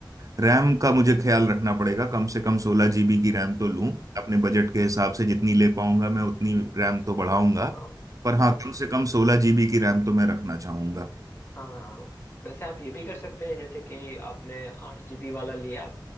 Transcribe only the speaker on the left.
हाँ
हाँ हाँ वैसे आप ये भी कर सकते हैं जैसे कि आपने आठ जीबी वाला लिया